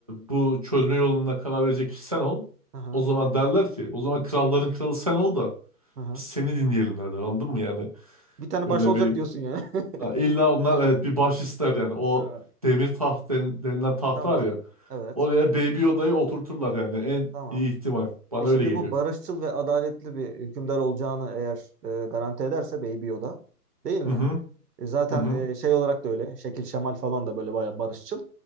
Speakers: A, on the right; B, on the right.
A: bu çözme yoluna karar verecek kişi sen ol.
B: aha,
A: O zaman derler ki o zaman kralların kralı sen ol da
B: aha.
A: biz seni dinleyelim derler anladın mı yani?
B: Bir tane
A: Böyle
B: baş olacak
A: bir
B: diyorsun yani. <laughs>
A: ha, illa
B: Bir
A: onlar
B: tane.
A: evet bir baş ister yani o
B: Ha,
A: demir taht den- denilen taht
B: tamam.
A: var ya
B: Evet.
A: oraya Baby Yoda'yı oturturlar yani en
B: Tamam.
A: iyi ihtimal. Bana
B: E şimdi
A: öyle geliyor.
B: bu barışçıl ve adaletli bir hükümdar olacağını eğer e, garanti ederse Baby Yoda değil mi?
A: Hı hı
B: E, zaten
A: hı hı
B: e, şey olarak da öyle. Şekil şemal falan da böyle bayağı barışçıl.